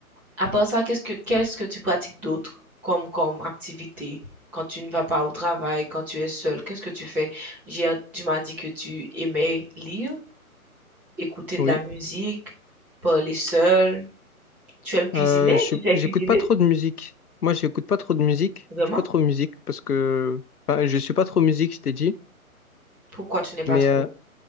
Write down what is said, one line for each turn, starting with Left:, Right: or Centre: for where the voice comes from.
Centre: À part ça, qu'est-ce que qu'est-ce que tu pratiques d'autre comme comme activité quand tu ne vas pas au travail, quand tu es seul? Qu'est-ce que tu fais? J'ai, ent- tu m'as dit que tu aimais lire, écouter de
Left: Oui.
Centre: la musique, parler seul. Tu aimes cuisiner?
Left: Euh, je,
Centre: Tu sais
Left: j'écoute
Centre: cuisiner?
Left: pas trop de musique. Moi, j'écoute pas trop de musique.
Centre: Vraiment?
Left: Je suis pas trop musique parce que enfin, je suis pas trop musique, je t'ai dit.
Centre: Pourquoi tu n'es pas
Left: Mais
Centre: trop?
Left: euh,